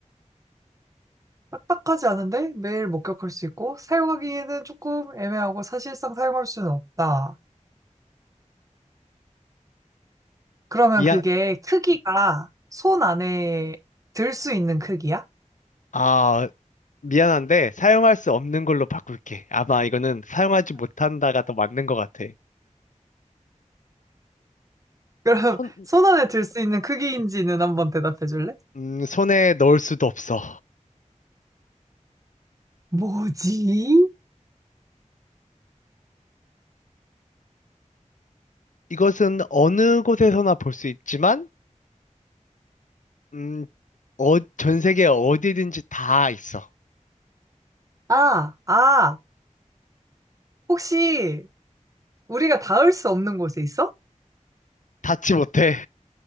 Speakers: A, on the right; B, on the left.
A: 딱딱하지 않은데 매일 목격할 수 있고 사용하기에는 조금 애매하고 사실상 사용할 수는 없다. 그러면
B: 미안,
A: 그게 크기가 손 안에 들 수 있는 크기야?
B: 아, 미안한데, 사용할 수 없는 걸로 바꿀게. 아마 이거는 사용하지 못한다가 더 맞는 것 같아.
A: 그럼 <laughs>
B: 손,
A: 손 안에 들 수 있는 크기인지는 한번 대답해 줄래?
B: 음, 손에 넣을 수도 없어.
A: 뭐지?
B: 이것은 어느 곳에서나 볼 수 있지만, 음, 어, 전 세계 어디든지 다 있어.
A: 아, 아, 혹시 우리가 닿을 수 없는 곳에 있어?
B: 닿지 못해.